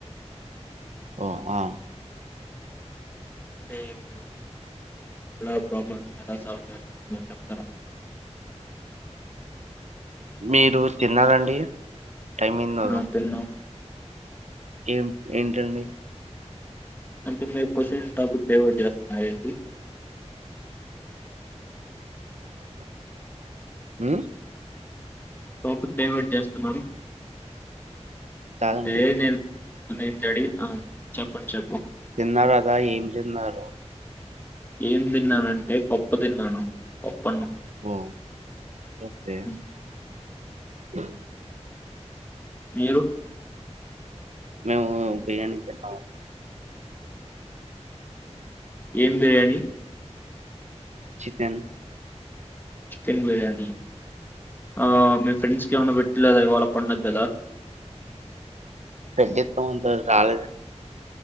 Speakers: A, on the right; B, on the left.
A: ఆ
B: అంటే మీరు ఎలా ప్రాబ్లమ్స్ ఎలా సాల్వ్ చేస్తారని చెప్తారా
A: మీరు తిన్నారండి <inaudible>
B: ఆ, తిన్నాం
A: ఏం ఏంటండి
B: అంటే మీరు కోషన్ టాపిక్ డైవర్ట్ చేస్తునారు ఏంటి
A: అ
B: టాపిక్ డైవర్ట్ చేస్తున్నారు
A: కాదండి
B: దే నేను నేను చెడి చెప్పండి చెప్పుం
A: తిన్నారు కదా ఏం తిన్నారు
B: ఏం తిన్నానంటే
A: ఉమ్,
B: <unintelligible> తిన్నాను అన్న
A: ఓ ఓకే
B: ఉమ్.
A: అ
B: మీరు
A: మేము బిరియానీ తిన్నాము
B: ఏం బిర్యానీ
A: చికెన్
B: చికెన్ బిర్యానీ ఆ మీ ఫ్రెండ్స్కి ఏమనా పెట్టలేదా ఇవాళ పండగ కదా
A: <unintelligible> రాలే అండి